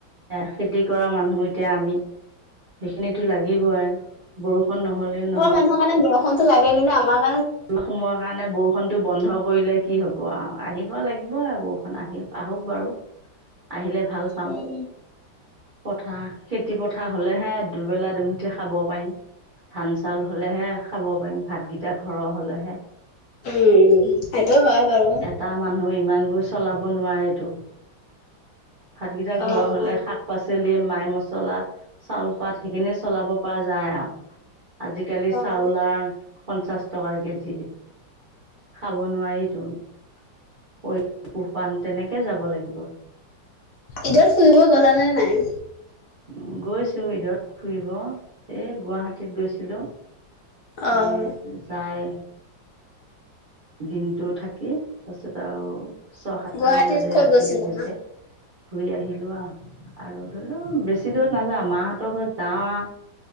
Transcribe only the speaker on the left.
<unintelligible> <unintelligible> টো লাগে কিন্তু আমাক।
উম,
উম, সেইটো হয় বাৰু।
অ',
অ',
অ',
ঈদত ফুৰিব গ'লা নে নাই।
অ',
গুৱাহাটীত
ক'ত গৈছিলা?